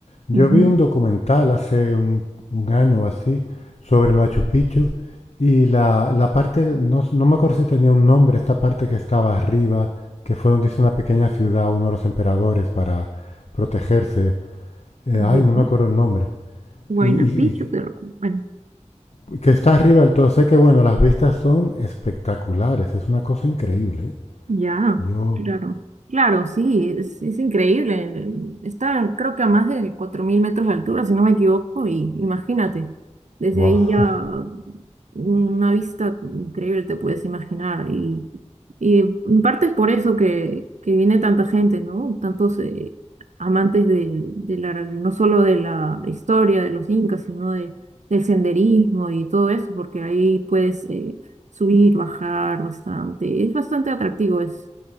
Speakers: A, on the left (about 65°); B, on the right (about 75°).
A: Yo
B: Ujú.
A: vi un documental hace un, un año o así sobre el Machu Picchu y la, la parte, no, s- no me acuerdo si tenía un nombre, esta parte que estaba arriba, que fue donde hizo una pequeña ciudad uno de los emperadores para protegerse. Eh,
B: Bien,
A: ay, no me
B: ¿no?
A: acuerdo el nombre.
B: Huayna
A: Y,
B: Picchu,
A: y-
B: pero bueno.
A: y que está arriba del todo. Sé que, bueno, las vistas son espectaculares, es una cosa increíble. ¿eh?
B: Ya,
A: Yo,
B: claro. Claro, sí, es, es increíble. eh, Está, creo que a más de 4.000 metros de altura, si no me equivoco, y imagínate, desde
A: wow.
B: ahí ya
A: <laughs>
B: una vista increíble te puedes imaginar. Y, y en parte es por eso que, que viene tanta gente, ¿no? Tantos eh, amantes de, de la, no solo de la historia de los incas, sino de, del senderismo y todo eso, porque ahí puedes... eh, subir, bajar bastante. Es bastante atractivo, es,